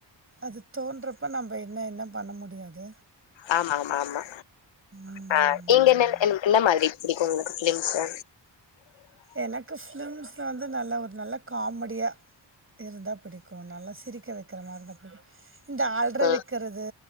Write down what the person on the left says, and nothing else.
ஆமா ஆமா ஆமா
ஆஹ் நீங்க என்ன என்ன மாரி புடிக்கும் உங்களுக்கு ஃபிலிம்ஸு
ம்